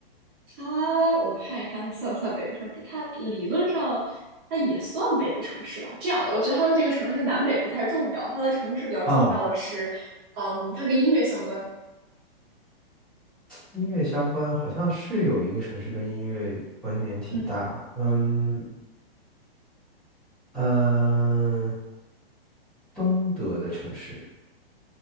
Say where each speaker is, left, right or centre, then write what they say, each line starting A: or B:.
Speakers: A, on the right; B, in the centre.
A: 它我看一看，它算不算北部城市？它理论上它也算北部城市吧。这样的，我觉得它的这个城市南北不太重要，它的城市比较重要的是，
B: 啊。
A: 嗯，它跟音乐相关。
B: 音乐相关好像是有一个城市跟音乐关联挺大，
A: 嗯，
B: 嗯嗯，呃东德的城市，